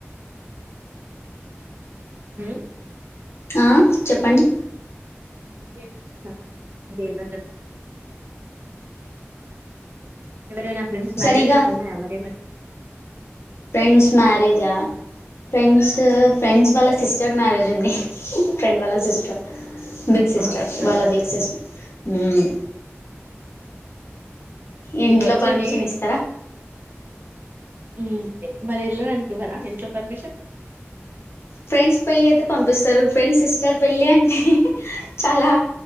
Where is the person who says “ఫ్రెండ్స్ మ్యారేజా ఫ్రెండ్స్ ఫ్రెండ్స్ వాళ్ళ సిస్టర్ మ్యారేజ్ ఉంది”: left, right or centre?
Left